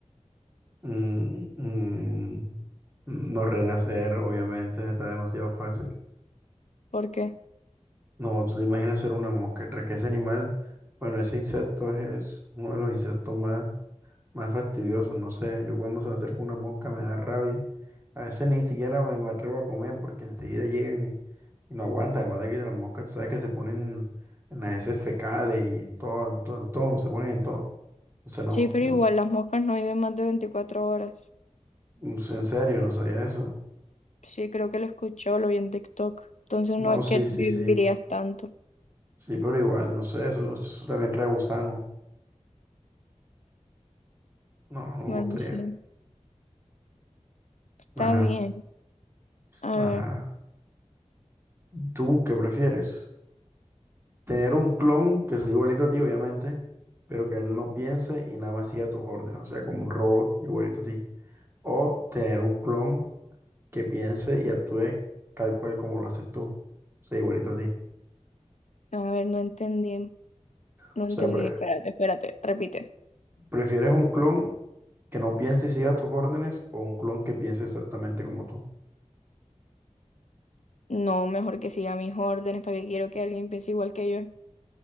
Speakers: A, on the right; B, on the left.
A: Mm, mm, no renacer, obviamente, está demasiado fácil.
B: ¿Por qué?
A: No, tú te imaginas ser una mosca. Tras que ese animal, bueno, ese insecto es, es uno de los insectos más más fastidioso, no sé, yo cuando se me acerca una mosca me da rabia, a veces ni siquiera me, me atrevo a comer porque enseguida llegan y, y no aguanta, además de que las moscas, tú sabes que se ponen en las heces fecales y en todo, en todo, en todo, se ponen en todo, o sea, no,
B: Sí, pero
A: no,
B: igual las moscas no viven más de 24 horas.
A: no sé, en serio, no sabía eso,
B: Sí, creo que lo escuchó, lo vi en TikTok. Entonces
A: no,
B: no es
A: sí,
B: que
A: sí,
B: vivirías
A: sí,
B: tanto.
A: sí, pero igual, no sé, eso, eso, eso también trae gusano, no, no me
B: Bueno,
A: gustaría,
B: sí, está
A: ajá,
B: bien.
A: s-
B: A
A: ajá,
B: ver,
A: ¿tú qué prefieres? Tener un clon que sea igualito a ti, obviamente, pero que él no piense y nada más siga tus órdenes, o sea, como un robot igualito a ti. O tener un clon que piense y actúe tal cual como lo haces tú, o sea, igualito a ti.
B: a ver, no entendí.
A: O
B: No entendí,
A: sea, pre-
B: espérate, espérate, repite.
A: ¿prefieres un clon que no piense y siga tus órdenes o un clon que piense exactamente como tú?
B: No, mejor que siga mis órdenes para que quiero que alguien piense igual que yo,